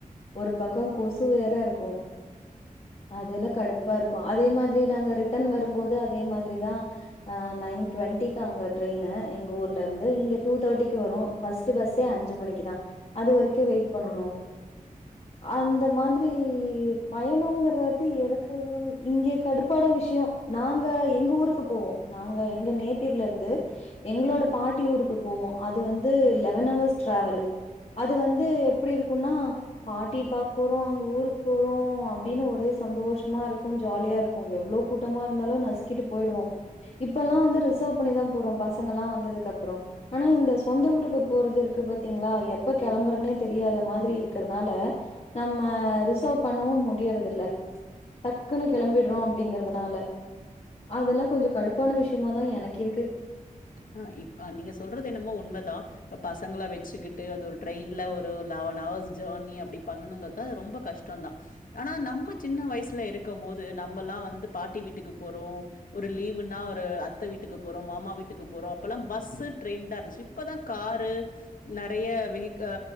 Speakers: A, on the left; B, on the left.
A: ஒரு பக்க கொசு வேற இருக்கு அதலா கடுப்பா இருக்கு அதே மாதிரி நாங்க ரிட்டன் வரும்போது அதே மாதிரி தா ஆ நைன் டுட்வெண்ட்டிகு அங்க ட்ரெயினு எங்க ஊர்ல இருந்து இங்க டூ தேட்டிக்கு வரும் பஸ்ட் பஸ்சே அஞ்சு மணிக்கு தா அது வரைக்கு வெயிட் பண்ணனு அந்த மாதிரி பயணோகறது எதுக்கு இங்கே கடுபான விஷய நாங்க எங்க ஊருக்கு போவோ நாங்க எங்க நேட்டிவ்ல இருந்து எங்களோட பாட்டி ஊருக்கு போவோ அது வந்து லெவன் ஹவர்ஸ் டிராவலு அது வந்து எப்படி இருக்குனா பாட்டி பாக்க போறோ அங்க ஊருக்கு போறோ அப்டினு ஒரே சந்தோஷமா இருக்கு ஜாலியா இருக்கு எவ்ளோ கூட்டமா இருந்தாலு நசுக்கிட்டு போயிடுவோ இப்பலா வந்து ரிசர்வ் பண்ணிதா போ றோ பசங்க எல்லா வந்ததுகு அப்றோ ஆனா இந்த சொந்த ஊருக்கு போறது இருக்கு பாத்தீங்களா எப்ப கிளம்பறனே தெரியாத மாதிரி இருகறனால நம்ம ரிசர்வ் பண்ணவு முடியறதில டக்குனு கெளம்பிடுறோ அப்படிங்கறதுனால அதெல்லா கொஞ்ச கடுப்பான விஷயமாதா எனக்கு இருக்கு
B: ஆ இப் நீங்க சொல்றது என்னமோ உண்ம தா இப்ப பசங்கள வச்சுக்கிட்டு அது ஒரு ட்ரெயின்ல ஒரு லவன் அவர்ஸ் ஜேர்னி அப்டி பண்ணனுங் ப ரொம்ப கஷ்டொந்தா ஆனா நம்ம சின்ன வயசுல இருக்கம் போது நம்மல்லா வந்து பாட்டி வீட்டுக்கு போறோ ஒரு லீவுன்னா ஒரு அத்த வீட்டுக்கு போறோ மாமா வீட் க்கு போறோ அப்பல்லா பஸ்சு ட்ரெயின் தா இருந்துச்சு இப்பதா காரு நெறைய வெகிக் ஆ